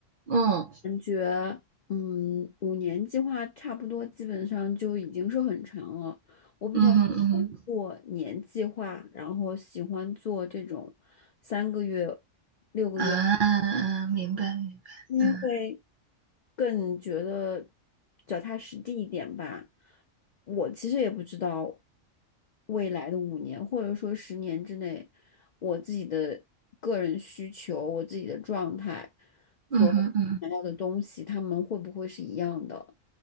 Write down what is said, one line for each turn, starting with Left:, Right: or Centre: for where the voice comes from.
Right: 嗯
Left: 感觉嗯，五年计划差不多基本上就已经是很长了。我比较喜欢做年计划，
Right: 嗯哼嗯哼
Left: 然后喜欢做这种三个月、六个月，
Right: 啊，明白明白，
Left: 因为会。
Right: 嗯
Left: 更觉得脚踏实地一点吧。我其实也不知道未来的五年或者说十年之内，我自己的个人需求、我自己的状态和我想要的东西，
Right: 嗯哼嗯哼
Left: 他们会不会是一样的？